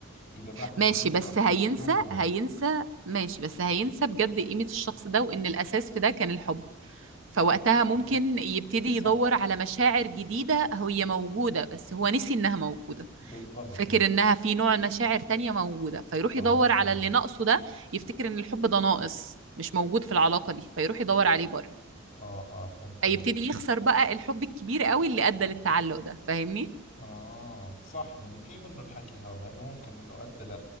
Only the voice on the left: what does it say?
إذا بعد
عنه
أكثر
من يوم بمرض
يعني
صح
بالضبط
يعني
آه
آه آه فهمت
عليك
آه صح يعني في منه الحكي هذا إنه ممكن إنه أدى ل